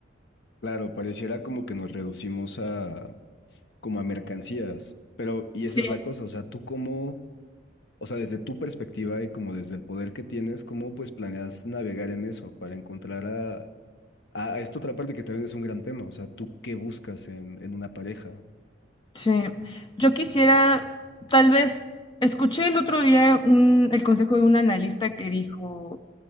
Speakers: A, on the left (about 60°); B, on the left (about 25°).
A: Claro, pareciera como que nos reducimos a como a mercancías, pero y esa
B: Sí,
A: es la cosa, o sea, ¿tú cómo O sea, desde tu perspectiva y como desde el poder que tienes, ¿cómo pues planeas navegar en eso para encontrar a, a a esta otra parte que también es un gran tema? O sea, ¿tú qué buscas en, en una pareja?
B: sí. Yo quisiera, tal vez, escuché el otro día un, el consejo de un analista que dijo,